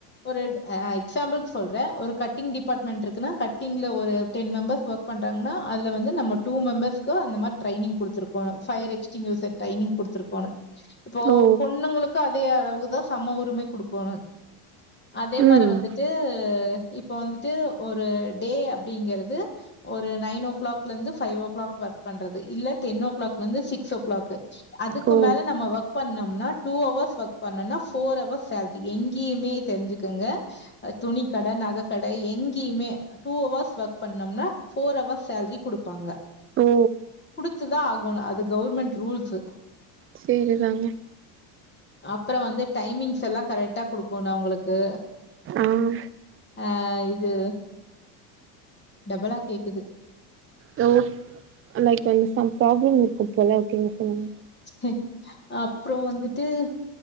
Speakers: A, on the left; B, on the right.
A: ஒரு ஆய் எக்ஸாம்பிள்க்கு சொல்றே ஒரு கட்டிங் டிபார்ட்மெண்ட் இருக்குனா கட்டிங்ல ஒரு டென் மெம்பர்ஸ் ஒர்க் பண் டங்கன்னா அதுல வந்து நம்ம டூ மேம்பர்ஸ்க்கு அந்த மாரி ட்ரைனிங் குடுத்து இருக்கணு ஃபயர் எக்ஸ்டீங் யூசர் ட்ரைனிங் குடுத்து இருக்கணு இப்போ
B: ஓ
A: பொண்ணுங்களுக்கு அதே அளவுதா சம உரிமை குடுக்கணு அதே மாரி
B: ம்
A: வந்துட்டு இப்போ வந்துட்டு ஒரு டே அப்டிங்கறது ஒரு நைன் ஓ க்ளாக்ல இருந்து ஃபயோ ஓ க்ளாக் ஒர்க் பண்றது இல்ல டென் ஓ க்ளாக் இருந்து சிக்ஸ் ஓ க்ளாக் அதுக்கு
B: ஓ
A: மேல நம்ம ஒர்க் பண்ணம்னா டூ ஹவர்ஸ் ஒர்க் பண்ணனா ஃபோர் ஹவர்ஸ் சேல்ரி எங்கேயுமே தெரிஞ்சிக்கங்க துணி கட நகை கட எங்கேயுமே டூ ஹவர்ஸ் ஒர்க் பண்ணோம்னா போர் அவர்ஸ் சேல்ரி குடுப்பாங்க
B: ஓ
A: குடுத்துதா ஆகனு அது கவுர்மெண்ட் ரூல்ஸு
B: சேரிதாங்க
A: அப்பற வந்து டைமிங்ஸ் எல்லா கரெக்டா குடுக்கோனு அவுங்களுக்கு
B: ஆ
A: அஹ இது டபளாக் கேக்
B: தோ லைக் ஒன் சம் ப்ராப்ளம் இருக்கும் போல ஓகேங்க சொல்லுங்க
A: ஹே அப்றோ வந்துட்டு